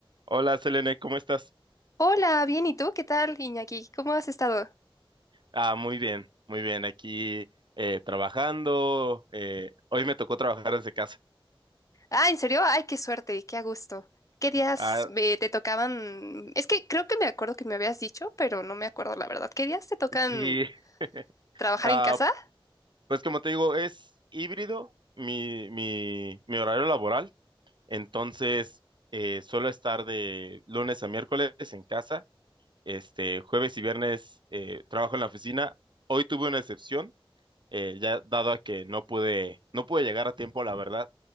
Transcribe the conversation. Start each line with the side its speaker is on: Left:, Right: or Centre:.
Right: Hola, Selene, ¿cómo estás?
Left: Hola, bien, ¿y tú? ¿Qué tal, Iñaki? ¿Cómo has estado?
Right: Ah, muy bien, muy bien. Aquí eh, trabajando. eh, hoy me tocó trabajar desde casa.
Left: Ah, ¿en serio? Ay, qué suerte, qué a gusto. ¿Qué días
Right: Ah,
Left: eh, te tocaban? Es que creo que me acuerdo que me habías dicho, pero no me acuerdo la verdad. ¿Qué días te tocan
Right: sí. <laughs>
Left: trabajar
Right: Ah,
Left: en casa?
Right: pues como te digo, es híbrido mi, mi, mi horario laboral. Entonces, eh, suelo estar de lunes a miércoles en casa. Este, jueves y viernes eh, trabajo en la oficina. Hoy tuve una excepción eh, ya dado a que no pude, no pude llegar a tiempo, la verdad,